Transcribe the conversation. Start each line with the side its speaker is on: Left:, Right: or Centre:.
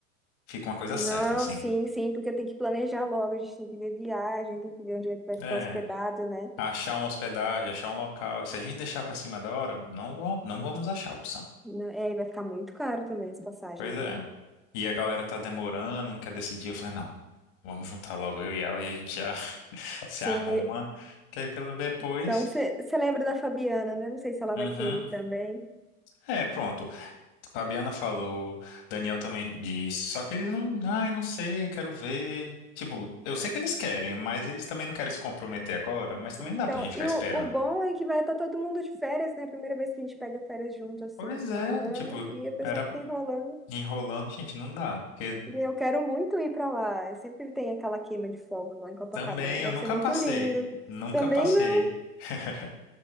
Left: fica uma coisa
Centre: Não,
Left: certa, assim.
Centre: sim, sim, porque tem que planejar logo, a gente tem que ver viagem, tem que ver onde é que vai ficar
Left: É,
Centre: hospedado, né?
Left: achar uma hospedagem, achar um local. E se a gente deixar pra cima da hora, não, vão- não vamos achar a opção.
Centre: Não- É, e vai ficar muito caro também as passagens,
Left: Pois é.
Centre: né?
Left: E a galera tá demorando, não quer decidir. Eu falei, não, vamos juntar logo eu e ela e a gente já <laughs> se
Centre: Sim,
Left: arruma, que aí pelo depois.
Centre: então você lembra da Fabiana, né? Não sei se ela
Left: Uhum.
Centre: vai querer ir também.
Left: É, pronto. Fabiana falou, Daniel também disse, só que eles não, ai, não sei, quero ver. Tipo, eu sei que eles querem, mas eles também não querem se comprometer agora, mas também
Centre: Então,
Left: não dá pra gente ficar
Centre: e
Left: esperando.
Centre: o, o bom é que vai estar todo mundo de férias, né? Primeira vez que a gente pega férias junto, assim,
Left: Pois
Centre: no final
Left: é,
Centre: do ano,
Left: tipo,
Centre: e a pessoa
Left: era
Centre: fica enrolando.
Left: enrolando, gente, não dá. Porque
Centre: E eu quero muito ir para lá. Eu sempre tem aquela queima de fogos lá em Copacabana.
Left: também
Centre: Deve
Left: eu nunca
Centre: ser muito
Left: passei,
Centre: lindo.
Left: nunca
Centre: Também
Left: passei.
Centre: não.
Left: <laughs>